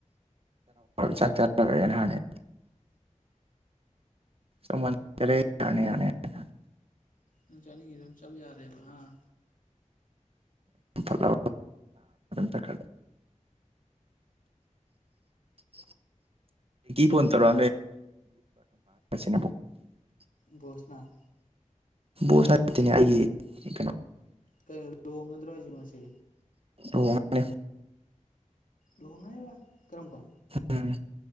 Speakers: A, on the right; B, on the left.
A: ꯆꯥꯛ ꯆꯅ ꯍꯥꯟꯅ ꯁꯃꯔꯦ ꯌꯥꯅ ꯌꯥꯅꯦ
B: ꯅꯪ ꯆꯥꯅꯤꯡꯉꯤꯗ ꯑꯗꯨꯝ ꯆꯥꯕ ꯌꯥꯔꯦꯕ ꯑꯥ
A: ꯐꯂ ꯇ ꯀ <unintelligible> ꯐꯣꯟꯠꯇꯔꯣ ꯅꯕꯨ <unintelligible>
B: ꯕꯣꯁꯅ
A: ꯣꯁꯅꯦ ꯑꯩꯒꯤ ꯀꯩꯅ
B: ꯀꯩꯅꯣ ꯂꯣꯡꯒꯗ꯭ꯔꯣꯁꯤ ꯃꯥꯁꯦ
A: ꯔꯅꯦ
B: ꯂꯣꯟꯅꯕ ꯀꯔꯝ ꯀ
A: ꯎꯝ